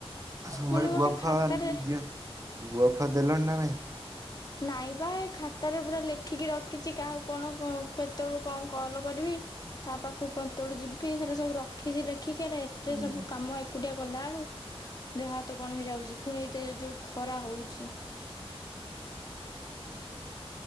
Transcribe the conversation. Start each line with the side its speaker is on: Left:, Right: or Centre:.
Right: ସରିଲାଣି
Left: ପୁଣି
Right: ଗୁଆ
Left: ଗୋଟେ ଖାତାରେ
Right: ଫୁଆ ଯାହା ଗୁଆ ଫୁଆ ଦେଲଣି ନା ନାଇଁ।
Left: ନାଇଁ ବା ଏ ଖାତାରେ ପୁରା ଲେଖିକି ରଖିଛି କାହାକୁ କଣ ଉଁ କେତେବେଳୁ କଣ କଲ କରିବି କାହା ପାଖାକୁ କେତେବେଳୁ ଯିବି ସେଟା ସବୁ ରଖିଛି ଲେ ଖିକିରି ଏତେ
Right: ହୁଁ
Left: ସବୁ କାମ ଏକୁ ଏକୁଟିଆ କଲା ବେଳୁ ଦେହ ହାତ କଣ ହେଇଯାଉଛି ଫୁଣି ଏଇତେ ଏ ଯୋଉ ଖରା ହଉଛି।
Right: ତ